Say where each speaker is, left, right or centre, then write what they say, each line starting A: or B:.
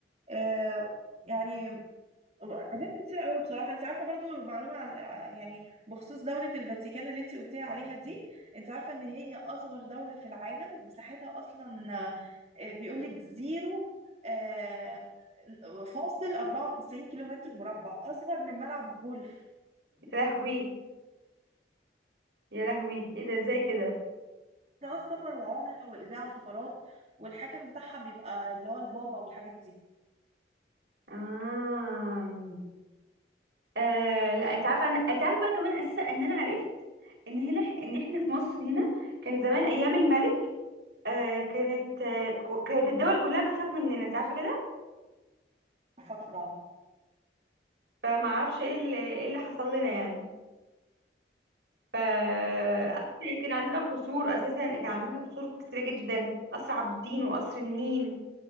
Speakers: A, on the right (about 35°); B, on the right (about 75°).
A: آه، يعني حاجات كتير قوي بصراحه انت عارفه برضو معلومه عن يعني بخصوص دوله الفاتيكان اللي انت قلتيها عليها دي انت عارفه ان هي اصغر دوله في العالم مساحتها اصلا آه، بيقول لك زيرو آه، فاصل 94 كيلو متر مربع اصغر من ملعب غولف
B: يا لهوي يا لهوي ايه ده ازاي كده
A: ده سفر وعمله واذاعه وسفارات والحاكم بتاعها بيبقى اللي هو البابا والحاجات دي
B: آه. آه لا انت عارفه انا انت عارفه بقى كمان اساسا ان انا عرفت ان هنا ان احنا في مصر هنا كان زمان ايام الملك آه كانت آه كو- كانت الدول كلها بتخاف مننا انت عارفه كده
A: فطبعا
B: فما اعرفش ايه اللي ايه اللي حصل لنا يعني ف أساساً كان عندنا قصور اساسا كان عندنا قصور كتيره جدا قصر عابدين وقصر النيل